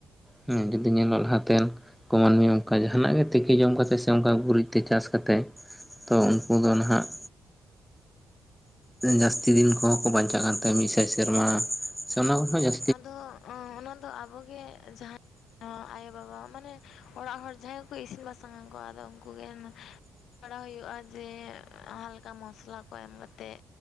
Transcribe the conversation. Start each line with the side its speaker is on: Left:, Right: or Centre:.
Centre: ᱦᱮᱸ ᱡᱩᱫᱤ ᱧᱮᱞᱚᱜ ᱞᱟᱦᱟᱛᱮᱱ ᱠᱚ, ᱢᱟᱹᱱᱢᱤ ᱚᱱᱠᱟ ᱡᱟᱦᱟᱸᱱᱟᱜ ᱛᱤᱠᱤ ᱡᱚᱢ ᱠᱟᱛᱮᱜ ᱥᱮ ᱚᱱᱠᱟ ᱜᱩᱨᱤᱡ ᱛᱮ ᱪᱟᱥ ᱠᱟᱛᱮᱜ ᱛᱚ ᱩᱱᱠᱩ ᱫᱚ ᱱᱟᱦᱟᱸᱜ ᱡᱟᱹᱥᱛᱤ ᱫᱤᱱ ᱠᱚᱦᱚᱸ ᱠᱚ ᱵᱟᱸᱧᱪᱟᱜ ᱠᱟᱱ ᱛᱟᱦᱮᱸᱜ ᱢᱤᱫ ᱥᱟᱭ ᱥᱮᱨᱢᱟ᱾ ᱥᱮ ᱚᱱᱟ ᱠᱷᱚᱸᱱ ᱦᱚᱸ ᱡᱟᱥ
Left: ᱟᱫᱚ ᱚᱸ ᱚᱱᱟ ᱫᱚ ᱟᱵᱚᱜᱮ ᱡᱟᱦᱟᱸ <unintelligible> ᱟᱭᱳ-ᱵᱟᱵᱟ ᱢᱟᱱᱮ ᱚᱲᱟᱜ ᱦᱚᱲ ᱡᱟᱦᱟᱸᱭ ᱜᱮ ᱠᱚ ᱤᱥᱤᱱ ᱵᱟᱥᱟᱝ ᱟ ᱩᱝᱠᱩ ᱟᱫᱚ ᱩᱝᱠᱩ ᱜᱮ ᱯᱟᱲᱦᱟᱣ ᱦᱩᱭᱩᱜ-ᱟ ᱡᱮ ᱦᱟᱞᱠᱟ ᱢᱚᱥᱞᱟ ᱠᱚ ᱮᱢ ᱠᱟᱛᱮᱜ